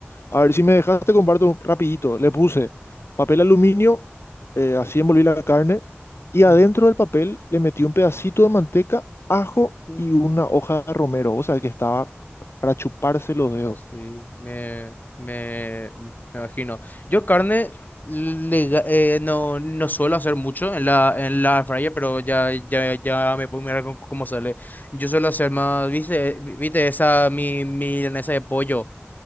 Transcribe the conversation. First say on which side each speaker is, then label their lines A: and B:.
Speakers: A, on the left (about 65°); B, on the left (about 40°).
A: A ver, si me dejaste, te comparto rapidito. Le puse papel aluminio, eh, así envolví la carne, y adentro
B: mm,
A: del papel le metí un pedacito de manteca, ajo
B: uh,
A: y una hoja de romero. Vos sabés que estaba para chuparse los dedos.
B: Sí, me, me, mm, me imagino. Yo carne le ga- eh, no, no suelo hacer mucho en la, en la air fryer, pero ya, ya, ya me puedo mirar cómo cómo sale. Yo suelo hacer más, viste, viste esa mi milanesa de pollo